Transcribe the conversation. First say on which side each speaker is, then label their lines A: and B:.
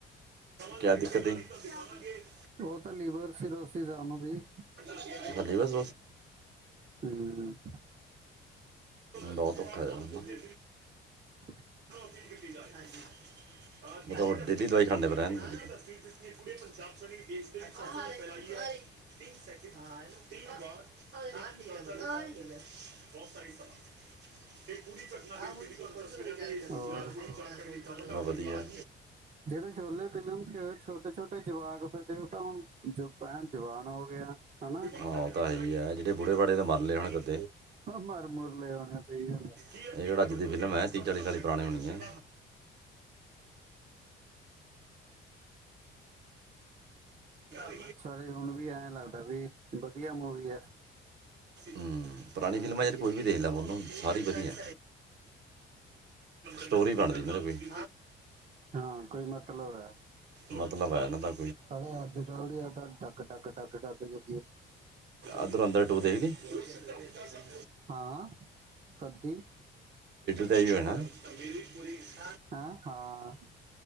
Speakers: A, on the right (about 60°); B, on the right (about 35°).
A: ਕਿਆ <inaudible>
B: ਉਹ ਤਾਂ ਲੀਵਰ ਸੀਰੋ ਸਾਨੂੰ ਦੀ
A: ਹ ਬਸ
B: ਹੂੰ
A: ਬਹੁਤ ਔਖਾ ਕੁੜੀ
B: <inaudible>
A: <unintelligible> ਡੇਲੀ ਦਵਾਈ ਖਾਂਦੇ ਫੇਰ ਹੈ <unintelligible> <unintelligible> ਪੂਰੀ ਘਟਨਾ <unintelligible> <unintelligible>
B: ਹੋਰ
A: ਹੋਰ ਵਧੀਆ
B: ਜਿਵੇਂ ਛੋਲੇ ਫਿਲਮ ਚ ਛੋਟੇ ਛੋਟੇ ਜਵਾਕ ਫਿਰਦੇ ਉਹ ਤਾਂ ਹੁਣ ਜ ਏਨ ਜਵਾਨ ਹੋ ਗਿਆ ਹਨਾ
A: ਹਾਂ ਉਹ ਤਾਂ ਹੈ ਹੀ ਹੈ ਜਿਹੜੇ ਬੂੜੇ ਬਾੜੇ ਤਾਂ ਮਰਲੇ ਹੋਨੇ ਫੇਰ
B: ਹਾ ਮਰ ਮੁਰ ਲੈ ਹੋਣੇ ਆ ਸਹੀ ਗੱਲ ਏ
A: ਇਹ ਕਿਹੜਾ ਅੱਜ ਦੀ ਫਿਲਮ ਹੈ ਤੀਹ ਚਾਲੀ ਸਾਲ ਈ ਪੁਰਾਣੀ ਹੋਣੀ ਹੈ <unintelligible>
B: ਸਾਰੇ ਹੁਣ ਵੀ ਐ ਲਗ ਵੀ ਵਧੀਆ ਮੂਵੀ
A: ਹਮ ਪੁਰਾਣੀ ਫਿਲਮਾਂ ਯਾਰ ਕੋਈ ਵੀ ਦੇਖ ਲੈ ਮੋਨੂੰ ਸਾਰੇ ਹੀ ਵਧੀਆ ਸਟੋਰੀ ਬਣਦੀ ਮਤਲਬ ਕੋਈ <inaudible>
B: ਹਾਂ ਕੋਈ ਮਤਲਬ ਹੈ
A: ਮਤਲਬ ਹੈ ਨਾ ਤਾਂ
B: ਨਾਲੇ ਅੱਜ ਕੱਲ੍ਹ ਦੀਆ ਡੱਕ ਟੱਕ ਟੱਕ ਟੱਕ ਜੇ
A: ਅ ਧੂਰੰਦਰ ਟੂ ਦੇਖਲੀ <unintelligible>
B: ਹਾਂ ਕਦ ਦੀ
A: <unintelligible>
B: ਹੈਂ ਹਾਂ